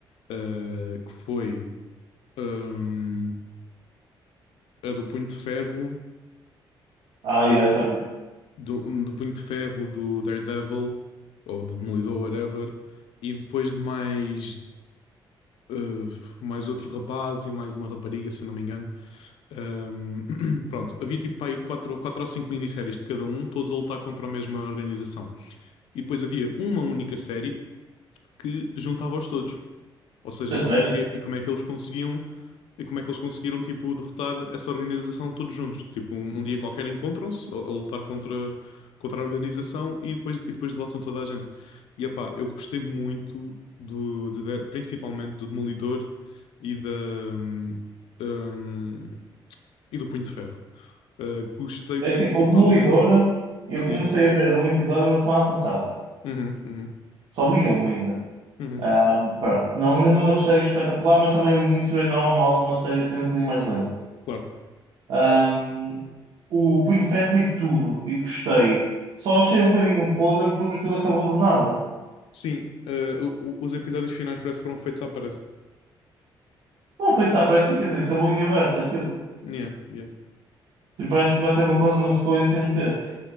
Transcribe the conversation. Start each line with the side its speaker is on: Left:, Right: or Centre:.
Left: eh, que foi hum, a do Punho de Ferro,
Right: Ah, já,
Left: eh,
Right: já vi.
Left: do, hum, do Punho de Ferro, do Daredevil, ou do Demolidor, whatever, e depois de mais, eh, mais outro rapaz e mais uma rapariga, se eu não me engano. Hum, <clears throat> pronto, havia tipo aí quatro, quatro ou cinco minisséries de cada um, todos a lutar contra a mesma organização. E depois havia uma única série que juntava-os todos. Ou seja,
Right: É
Left: e
Right: sério?
Left: como é que, e como é que eles conseguiam, e como é que eles conseguiram, tipo, derrotar essa organização todos juntos? Tipo, um, um dia qualquer encontram-se a, a lutar contra, contra a organização e depois, e depois derrotam toda a gente. E, epá, eu gostei muito do, de- de- principalmente do Demolidor e da, hum, hum, e do Punho de Ferro. Uh, gostei principalmente.
Right: É que o Demolidor, eu
Left: Diz,
Right: comecei
Left: diz.
Right: a ver um episódio a semana passada.
Left: Uhum, uhum,
Right: Só vi um ainda.
Left: uhum,
Right: Ahm, pronto. Não, ainda não achei espetacular, mas também o início é normal numa série ser um bocadinho mais lento.
Left: claro.
Right: Ahm, o Punho de Ferro e tudo, e gostei. Só achei um bocadinho podre porque aquilo acabou do nada.
Left: Sim, uh, o- o- os episódios finais parece que foram feitos à pressa.
Right: Não foi desaparecido, quer dizer, acabou em aberto aquilo.
Left: Yeah, yeah.
Right: E parece que vai ter uma, co- uma sequência e não ter.